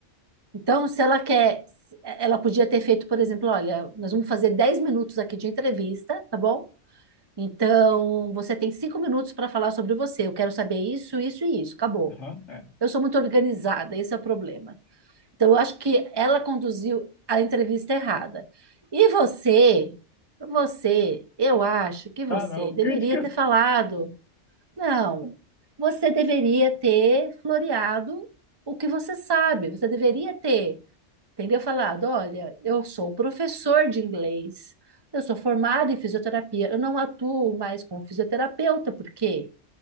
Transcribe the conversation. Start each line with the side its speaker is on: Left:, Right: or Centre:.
Right: Então, se ela quer, ela podia ter feito, por exemplo, olha, nós vamos fazer 10 minutos aqui de entrevista, tá bom? Então, você tem cinco minutos para falar sobre você. Eu quero saber isso, isso e isso. Acabou.
Left: Aham, é.
Right: Eu sou muito organizada, esse é o problema. Então, eu acho que ela conduziu a entrevista errada. E você, você, eu acho que você
Left: Ah, não.
Right: deveria
Left: Críticas.
Right: ter falado não, você deveria ter floreado o que você sabe, você deveria ter, entendeu? Falado, olha, eu sou professor de inglês, eu sou formado em fisioterapia, eu não atuo mais como fisioterapeuta, porque